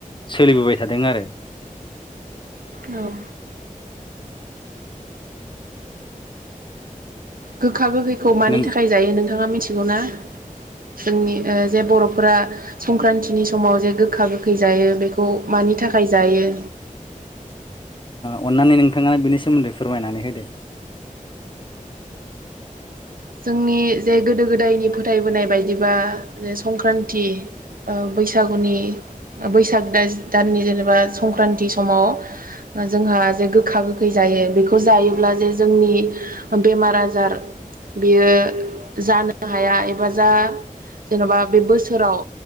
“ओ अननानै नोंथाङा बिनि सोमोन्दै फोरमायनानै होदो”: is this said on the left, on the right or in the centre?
Left